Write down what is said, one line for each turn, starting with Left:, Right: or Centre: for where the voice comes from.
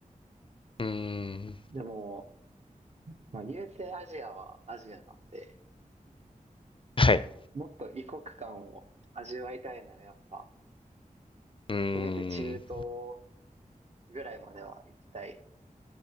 Left: うーん、
Right: でも、まあ言うてアジアはアジアなんで、
Left: はい。
Right: もっと異国感を味わいたいならやっぱ、
Left: うーん、
Right: せめて中東ぐらいまでは行きたい